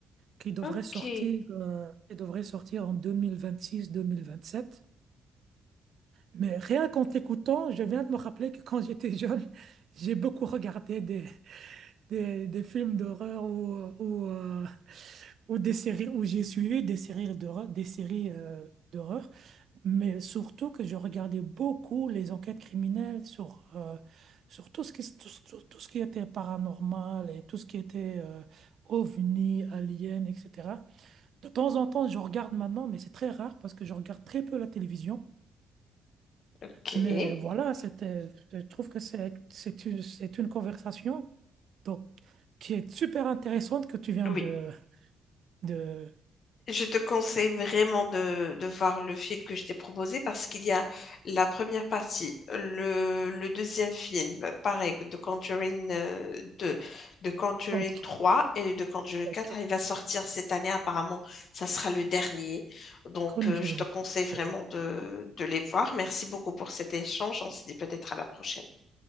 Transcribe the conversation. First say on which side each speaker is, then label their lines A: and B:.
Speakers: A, on the right; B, on the left.
A: qui devrait
B: Ok.
A: sortir, euh, qui devrait sortir en 2026-2027. Mais rien qu'en t'écoutant, je viens de me rappeler que quand j'étais jeune, <laughs> j'ai beaucoup regardé des, des films d'horreur ou, ou, euh, ou des séries où j'ai suivi des séries d'horreur, des séries euh, d'horreur, mais surtout que je regardais beaucoup les enquêtes criminelles sur, euh, sur tout ce qui, tout, ce tout- tout ce qui était paranormal et tout ce qui était euh, ovni, alien, etc. De temps en temps, je regarde maintenant, mais c'est très rare parce que je regarde très peu la télévision.
B: Ok.
A: Mais voilà, c'était, je trouve que c'est, c'est une, c'est une conversation donc, qui est super intéressante que tu viens
B: Oui.
A: de, de...
B: Je te conseille vraiment de, de voir le film que je t'ai proposé parce qu'il y a la première partie, le, le deuxième film, pareil, de Conjuring euh, 2, de Conjuring
A: Ok,
B: trois et de Conjuring
A: ok.
B: quatre. Il va sortir cette année, apparemment, ça sera le dernier. Donc,
A: Conjuring.
B: euh, je te conseille
A: Ok,
B: vraiment de, de les voir. Merci beaucoup pour cet échange. On se dit peut-être à la prochaine.